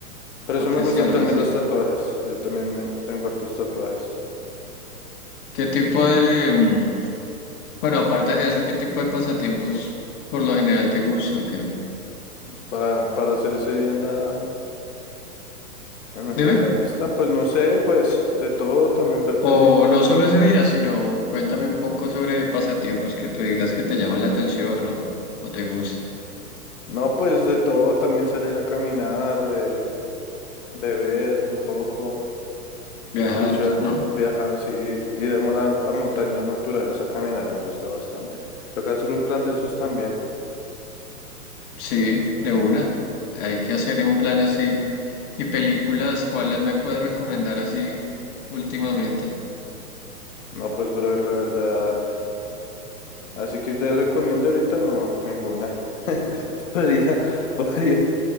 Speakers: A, on the left; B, on the left.
A: Por
B: apreciarla,
A: eso me gustan también
B: sí.
A: los tatuajes. Yo también me tengo hartos tatuajes.
B: ¿Qué tipo de, mm, bueno, aparte de eso, qué tipo de pasatiempos por lo general te gusta o qué?
A: Para, para hacer ese día en la, en,
B: Dime.
A: en la esta, pues no sé, pues de todo, también ver películas,
B: O no solo
A: como,
B: ese día, sino cuéntame un poco sobre pasatiempos que tú digas que te llaman la atención o, o te gusta.
A: no, pues de todo, también salir a caminar, eh, beber un poco.
B: Viajar,
A: Escucha,
B: ¿no?
A: viajar, sí, ir a, mona- a montañas naturales a caminar me gusta bastante. Toca hacer un plan de esos también.
B: Sí, de una. Hay que hacer un plan así. ¿Y películas, cuáles me puedes recomendar así últimamente?
A: No, pues, brother, la verdad. Así que te recomiendo ahorita no, ninguna. <laughs> Podría, podría,